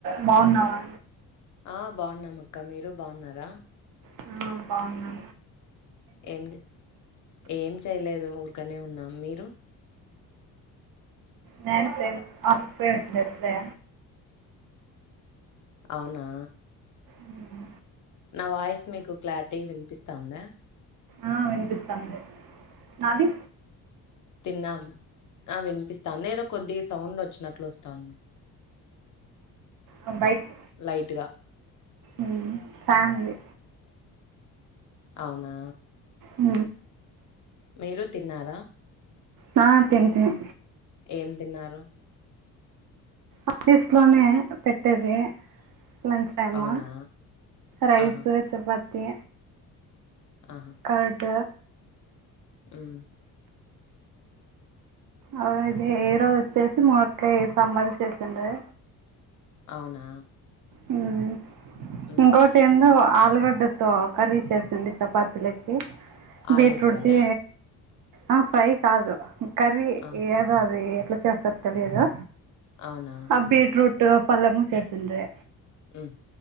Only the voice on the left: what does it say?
ఆ బాగున్నామక్క మీరు బాగున్నారా
ఏం చే ఏం చేయ్లేదు ఊ కనే ఉన్నాం మీరు
అవునా
నా వాయిస్ మీకు క్లారిటీ వినిపిస్ తాందా
తిన్నాం ఆ వినిపిస్తాంది ఏదో కొద్దిగా సౌండ్ వచ్చినట్లు వస్తాంది
లైట్‌గా.
అవునా
మీరు తిన్నారా
ఏం తిన్నారు
అవునా!
ఆహా!
ఆహా!
మ్మ్
అవునా
హుహు.
ఆలూ
ఫ్రైయా?
ఆ!
అవునా!
ఉమ్